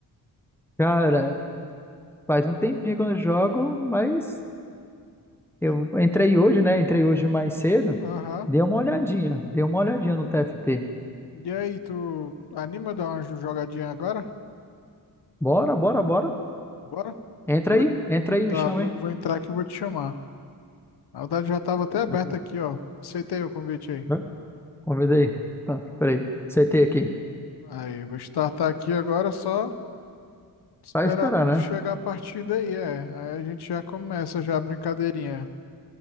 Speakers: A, in the centre; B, on the left (about 75°).
A: Cara, faz um tempinho que eu não jogo, mas eu
B: É.
A: entrei hoje, né? Entrei hoje mais cedo.
B: Aham.
A: Dei uma olhadinha, dei uma olhadinha no TFT.
B: E aí, tu anima a dar uma jo- jogadinha agora?
A: Bora, bora, bora.
B: Bora?
A: Entra
B: Vou,
A: aí, entra aí, me
B: tá,
A: chama
B: vou,
A: aí.
B: vou entrar aqui e vou te chamar. Na verdade, já tava até aberto
A: Entra aí.
B: aqui, ó. Aceitei o convite aí.
A: Vai. Convida aí. Tá, peraí. Aceitei aqui.
B: Aí, vou startar aqui agora, só esperar
A: Vai esperar, né?
B: chegar
A: <laughs>
B: a partida aí, é. Aí a gente já começa já a brincadeirinha.